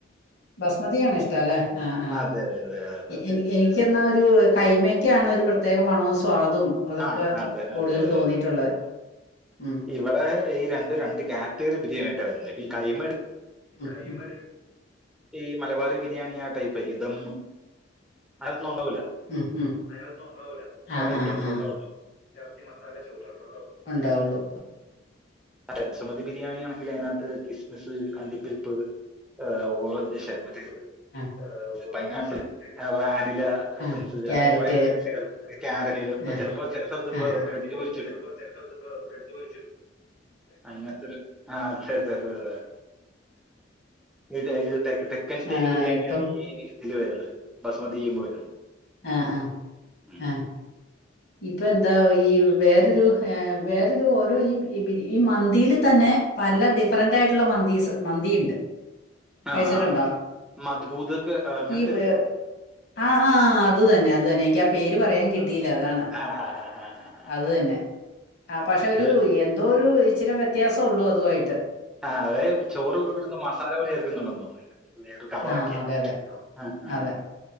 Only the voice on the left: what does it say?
ബസ്മതിയാണ് ഇഷ്ടം അല്ലെ ആ ആ
എനി എനിക്ക് ന്നാൽ ഒരു കൈമക്കാണ് ഒരു പ്രത്യേക മണവും സ്വാദും അതൊക്കെ
കൂടുതൽ
തോന്നിയിട്ടുള്ളത് ഉം
കൈമാര്
ഉം ഉം അതിനകത്തൊന്നും ഉണ്ടാവൂല്ല ആ
ആ
ആ
ഇറച്ചി മസാല ചോറ്ത്രേ ഉണ്ടാവൊള്ളു
അണ്ടിപ്പരിപ്പ്
അ ഓറഞ്ച്
ഷേ മറ്റേ
പൈനാപ്പിൾ
ക്യാരറ്റ്
അ
ക്യാരറ്റ്
ചെൽപ്പോ ചെൽ പ്പോ ബ്രെഡ് പൊരിച്ചതും
ആഹ്
ഇപ്പം
ആ ആഹാ
ആ ഇപ്പൊ എന്താ ഈ വേറൊരു വേറൊരു ഓരോ ഈ ഈ ബിരി മന്തിയില് തന്നെ പല ഡിഫറന്റ് ആയിട്ടുള്ള മന്തീസ് മന്തിയുണ്ട്
കഴിച്ചിട്ടുണ്ടോ
ഈ വേ- ആ ആഹ് അത് തന്നെ അതന്നെ എനിക്ക് ആ പേര് പറയാൻ കിട്ടിയില്ല അതാണ്
അത് തന്നെ ആ പക്ഷെ
ഒരു എന്തോ ഒരു ഇച്ചിരി വ്യത്യാസം ഉള്ളൂ അതുവായിട്ട്
ആ അതെ അതെ
അതെ